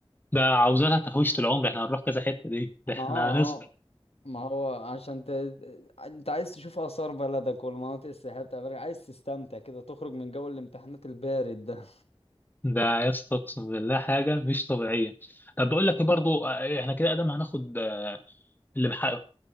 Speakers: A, on the left; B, on the left.
A: ده عاوزة لها تحويشة العمر احنا هنروح كذا حتة دي ده
B: اه
A: احنا هنصرف
B: آه. ما هو عشان ت... انت عايز تشوف آثار بلدك والمناطق السياحية بتاع بلدك عايز تستمتع كده تخرج من جو الامتحانات البارد ده
A: ده يا اسطى اقسم بالله حاجة مش طبيعية طب بقول لك ايه برضو آه، احنا كده ادم هناخد آه، اللي مح...